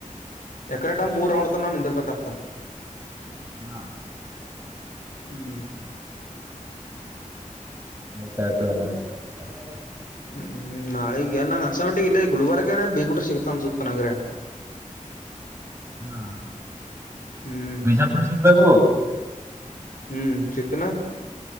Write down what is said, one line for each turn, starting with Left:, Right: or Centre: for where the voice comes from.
Left: ಏಕ್ರೇಟ ಮೂರ್ ರೌಂಡ ತನ ನಿಂದರ್ ಬೇಕಾಗ್ತದ.
Right: ಹಾ.
Left: ಹ್ಮ್.
Right: ಆಯ್ತಾಯ್ತು ತೊಗೊ ಹಂಗರ್.
Left: ಹ್ಮ್ ನಾಳೆಗ್ ಯಾರ ನಂಗ ಅನ್ಸಟ್ಟೆ ಇಲ್ಲ ಗುಲ್ಬರ್ಗಾರ ಬೇಗೂಟ್ರೆ ಸಿಕ್ತಾ ಅನ್ಸುತ್ತ ನಂಗರ.
Right: ಹಾ
Left: ಹ್ಮ್
Right: ಬಿಜಾಪುರ ಸಿಗ್ಬೇಕು.
Left: ಹ್ಮ್ ಚಿಕ್ಕನಾ